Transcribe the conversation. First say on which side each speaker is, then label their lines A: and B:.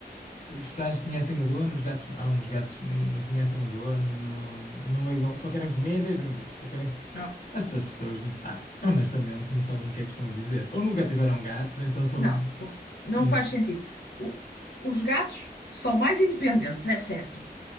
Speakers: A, on the left (about 50°); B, on the left (about 80°).
A: os cães conhecem o dono, os gatos. Ah, uns gatos não não conhecem o dono, não, não ligam, só querem comida e dormir. Só querem. co-
B: Não,
A: As pessoas, pessoas, pá, honestamente, não sabem o que é que estão a dizer. Ou nunca tiveram gatos, ou então são.
B: não, o- não
A: não
B: faz
A: se-
B: sentido. O- os gatos são mais independentes, é certo.